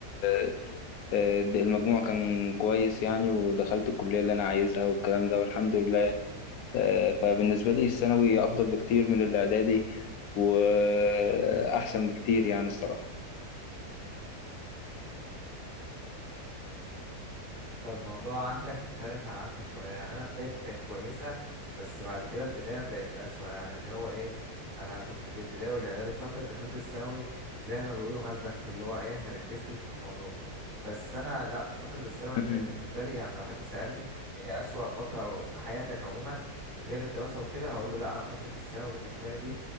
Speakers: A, on the left; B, on the right.
A: آه، آه، المجموع كان كويس يعني ودخلت الكلية اللي أنا عايزها والكلام ده والحمد لله آه، فبالنسبة لي الثانوي أفضل بكتير من الإعدادي وأحسن بكتير يعني الصراحة
B: طب الموضوع عندك مختلف عن عندي شوية يعني أنا بدايتي كانت كويسة بس بعد كده البداية بقت أسوأ يعني اللي هو إيه أنا كنت في ابتدائي والإعدادي شاطر دخلت الثانوي زي ما بيقولوا مال بخت اللي هو إيه مركزتش في الموضوع بس أنا لأ في فترة الثانوي دي
A: مم.
B: كانت بالنسبة لي يعني لو حد سألني إيه أسوأ فترة في حياتك عموما غير الدراسة وكده هقول له لأ أنا فترة الثانوي بالنسبة لي دي